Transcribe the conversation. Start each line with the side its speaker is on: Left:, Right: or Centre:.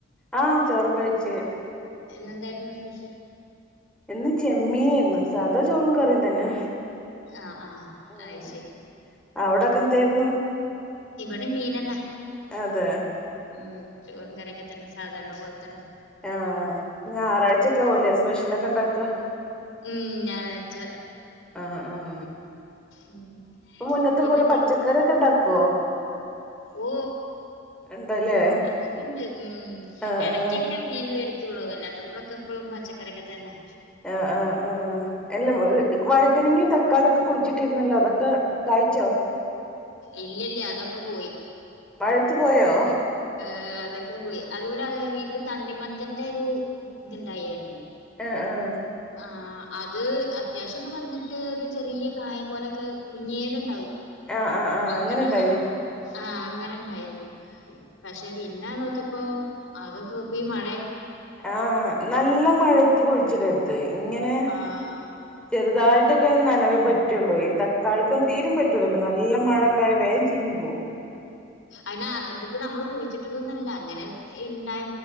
Centre: ആഹ ചോറ് കഴിച്ചു
Left: ഇന്നെന്തായിരുന്നു സ്പെഷ്യൽ
Centre: ഇന്ന് ചെമ്മീനായിരുന്നു സാദാ ചോറും കറിയും തന്നെ
Left: ആ ആ
Centre: ആ
Left: അയ് ശരി
Centre: അവിടൊക്കെ എന്തായിരുന്നു
Left: അ മീനന്നെ
Centre: അതെ
Left: ഉ ചോറ് കാറീക്ക തന്ന സാധാരണ പോലത്തന്നെ
Centre: ആഹ് ഞായറാഴ്ചൊക്കെ ആവലേ സ്പെഷ്യലൊക്കെ ഉണ്ടാക്ക
Left: ഉം ഞായറാഴ്ച
Centre: ആഹ ഉ
Left: ഉം ഉം
Centre: ഇപ്പ മുന്നത്തെ
Left: പിന്നെന്തെ
Centre: പോലെ പച്ചക്കറൊക്കെ ഉണ്ടാക്കുവോ
Left: ഓ
Centre: ഉണ്ടല്ലേ
Left: അതൊക്കെ ഇണ്ട് ഉ
Centre: ആഹ്
Left: ഇടക്കൊക്കെ
Centre: ആഹ്
Left: മീൻ വ വല്ലാത്തപ്പോഴൊക്കെപ്പോഴും പച്ചക്കറി ഒക്കെ തന്നെ
Centre: ആ ആഹ് ആഹ് എല്ല വഴുതനങ്ങിയും തക്കാളിയൊക്കെ കുഴിച്ചിട്ടിരുന്നല്ലോ അതൊക്കെ കായ്ച്ചോ
Left: ഇല്ല ഇല്ലേ അതൊക്കെ പോയി
Centre: മഴത്ത് പോയോ
Left: ആഹ അതക്ക പോയി അതുപോലെ അതെ വീട്ടില് തണ്ണിമത്തന്റെ ഒരു ഇത്ണ്ടായായിരുന്നു
Centre: ആഹ ആഹ
Left: ആ അത് അത്യാവശ്യം ഒക്കെ വന്നിട്ട് ഒരു ചെറിയ കായ പോലൊക്കെ കുഞ്ഞേതുണ്ട്
Centre: ആഹ് ആഹ് ആഹ്
Left: അങ്ങനെ
Centre: ഉണ്ടായില്ലേ
Left: ആ ആഹ് അങ്ങനെ ഇണ്ടായിരുന്നു പക്ഷെ പിന്നെ നോക്കിയപ്പോ അതൊക്കെ ഇപ്പഈ മഴ
Centre: ആഹ നല്ല മഴത്ത് കുഴിച്ചിടരുത് ഇങ്ങനെ
Left: ആഹ്
Centre: ചെറുതായിട്ടൊക്കെ നന പറ്റുള്ളൂ ഈ തക്കാളിക്കൊന്നും തീരും പറ്റൂലല്ലോ നല്ല മഴൊക്കെ ആ വേഗം ചീഞ്ഞി പോകും
Left: അതിനെ ഇതിപ്പോ നമ്മള് കുഴിച്ചിട്ടതൊന്നല്ല അങ്ങനെ ഉണ്ടായ